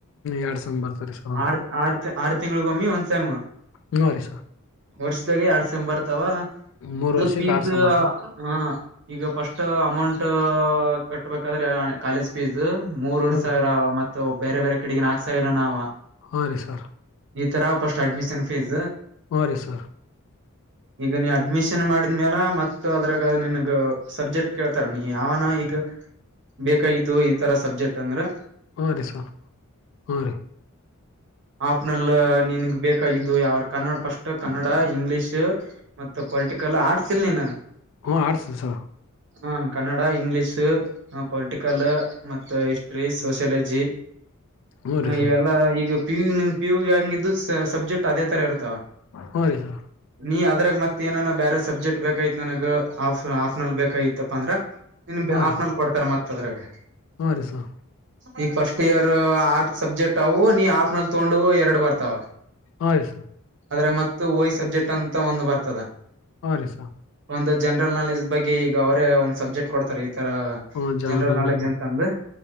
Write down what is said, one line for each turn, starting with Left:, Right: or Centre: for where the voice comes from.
Left: ಎರಡ್ ಸಮ್ ಬರ್ತರಿ ಸರ್ ಹ್ರಿ
Right: ಆರ್ ಆರ್ ಆರ್ ತಿಂಗಗಳಗ ಒಮ್ಮಿ ಒಂದ್ ಸಮ್
Left: ಹ್ಞೂ ರೀ ಸರ್
Right: ವರ್ಷದಾಗ ಎರಡ್ ಸಮ್ ಬರ್ತಾವ
Left: ಮೂರ್
Right: ಅದು
Left: ವರ್ಷಕ್
Right: ಫೀಸ್
Left: ಆರ್ ಸಮ್ ಆತ
Right: ಹಣ ಈಗ ಫಸ್ಟ್ ಅಮೌಂಟ್ ಕಟ್ಟಬೇಕಾದ್ರೆ ಕಾಲೇಜ್ ಫೀಸ್ ಮೂರವರೆ
Left: ಹ್ಞೂ
Right: ಸಾವಿರ
Left: ರೀ
Right: ಆ ಮ ಬೇರೆ ಬೇರೆ ಕಡೆಗ ನಾಕ್ಸ ಇರೋ ನಾವವು
Left: ಹಾ ರೀ ಸರ್
Right: ಈ ತರ ಫಸ್ಟ್ ಅಡ್ಮಿಷನ್ ಫೀಸ್
Left: ಹಾ ರೀ ಸರ್
Right: ಈಗ ನೀ ಅಡ್ಮಿಷನ್ ಮಾಡಿದ್ಮೇಲ ಮ ಅದ್ರಾಗ ನಿನ್ಗ ಸಬ್ಜೆಕ್ಟ್ ಕೇಳ್ತಾರ ನೀ ಯಾವನ ಈಗ ಬೇಕಾಗಿದ್ದು ಈ ತರ ಸಬ್ಜೆಕ್ಟ್ ಅಂದ್ರೆ
Left: ಹಾ ರೀ ಸರ್ ಹಾ ರೀ
Right: ಆಪ್್ನಲ್ ನನ್ಗ್ ಬೇಕಾಗಿದ್ದು ಯಾವ ಕನ್ನಡ ಪಫಸ್ಟ್ ಕನ್ನಡ ಇಂಗ್ಲಿಷ್ ಮತ್ತ ಪೊಲಿಟಿಕಲ್ ಆರ್ಟ್ಸ್ ಇಲ್ ನೀನ್
Left: ಹ್ಮ ಆಡ್ಸು ಸರ್
Right: ಹಾ ಕನ್ನಡ ಇಂಗ್ಲಿೀಷು ಹ ಪೊಲಿಟಿಕಲ್ ಮತ್ತ ಹಿಸ್ಟ್ರಿ ಸೋಶಿಯಾಲಜಿ
Left: ಹ್ಞೂ
Right: ಹ
Left: ರೀ ಸರ್
Right: ಇವೆಲ್ಲಾ ಈಗ ಪಿು ನಿ್ ಪಿ ಯು ಹಂಗ ಇದು ಸಬ್ಜೆಕ್ಟ್ ಅದೇ ತರ ಇರುತ್ತೆ
Left: ಹ್ಮ ರೀ ಸರ್
Right: ನೀ ಅದ್ರಾಗ ಮತ್ತತ್ ಏನ ಬೇರೆ ಸಬ್ಜೆಕ್ಟ್ ಬೇಕೈತ್ ನನಗ್ ಹಫ್ ಹಾಫ್ ನಲ್ ಬೇಕಾಗಿತ್ತಪ್ಪ ಅಂದ್ರ ನಿನ್
Left: ಹಾ ರೀ
Right: ಆಫ್ನ ಮತ್ತ ಅದ್ರಲ್ಲ
Left: ಹಾ ರಸಾ
Right: ಈಗ ಫಸ್ಟ್ ಇಯರ್ ಆರ್ ಸಬ್ಜೆಕ್ಟ್ ಅವು ನೀ ಆಫ್ ನಲ್ ತಗೊಂಡು ಎರಡ್ ಬರ್ತಾವ
Left: ಆಯ್ ಸು
Right: ಅದ್ರೆ ಮತ್ತ ಓಯ್ ಸಬ್ಜೆಕ್ಟ್ ಅಂತ ಒಂದು ಬರ್ತದ
Left: ಹ ರೀಸ
Right: ಒಂದು ಜನರಲ್ ನಾಲೆಜ್ ಬಗ್ಗೆ ಈಗ ಅವರೇ ಒಂದು ಸಬ್ಜೆಕ್ಟ್ ಕೊಡ್ತಾರೆ ಈ ತರ
Left: ಹ್ಞೂ ಜನ
Right: ಜನರಲ್ ನಾಲೆಡ್ಜ್
Left: ಹ್ಞೂ
Right: ಅಂತ ಅಂದ್ರೆ